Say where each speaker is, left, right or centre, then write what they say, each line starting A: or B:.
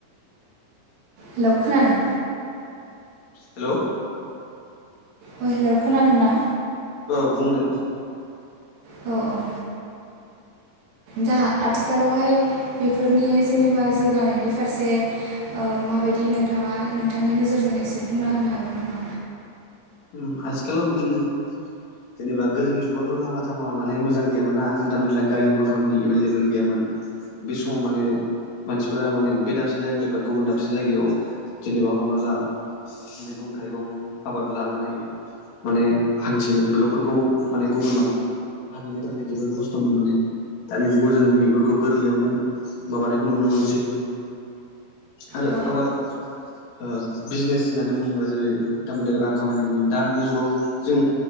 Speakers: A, on the right; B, on the left.
A: हेलौ खोनादों?
B: हेलोव
A: अ हेलौ खोनादों ना?
B: औ बुंनो
A: औ औ दा आथिखालावहाय बेफोरनि जेनेबा जौगानायनि फारसे ओ माबायदि नोंथांङा नोंथांनि नोजोरजों एसे बुंना होनो हागोन नामा?
B: उम आथिखालाव बिदिनो जेनोबा गोदोनि जुगावथ' लामा थामा माने मोजां गैयामोनना हान्था मेला गारि मथरनि एभेलेबेल गैयामोन। बे समाव माने मानसिफोरा माने बे दाबसे जायगानिफ्राय गुबुन दाबसे जायगायाव जेनेबा हमना ला मैगं थाइगं आबाद लानानै माने हान्थिनो बेगफोरखौ माने गुबुनाव फानहैनो थाखाय जोबोर खस्थ'मोन माने दानि जुगाव जों बेफोरखौ गोरलैयावनो माबानायखौ नुनो मोनसै। आरो
A: औ
B: आबाद ओ बिजनेस होननानै बुंङोब्ला जेरै दाममलिग <unintelligible> खामानि होनो दानि जुगाव जों